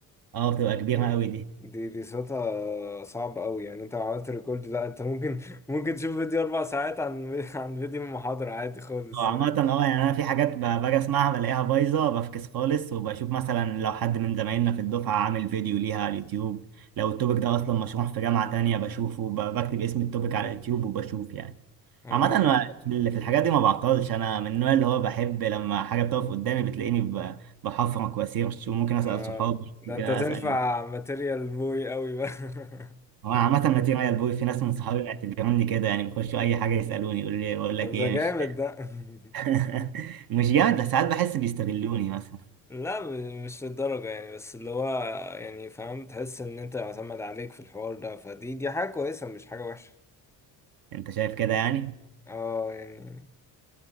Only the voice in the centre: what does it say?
دي
دي, دي صوتها صعب قوي يعني انت لو عملت ريكورد لا انت ممكن <laughs> ممكن تشوف فيديو أربع ساعات عن عن فيديو محاضرة عادي خالص
فاهم
اه
اه
ده انت
تنفع ماتيريال بوي قوي بقى <laughs>
طب
ده جامد
ده <laughs>
لا م- مش للدرجة يعني بس اللي هو يعني فاهم تحس ان انت معتمد عليك في الحوار ده فدي دي حاجة كويسة مش حاجة وحشة
اه يعني